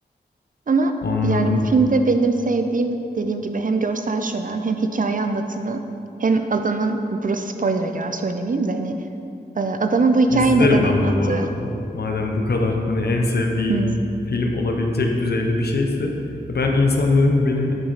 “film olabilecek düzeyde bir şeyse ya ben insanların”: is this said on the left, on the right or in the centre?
Left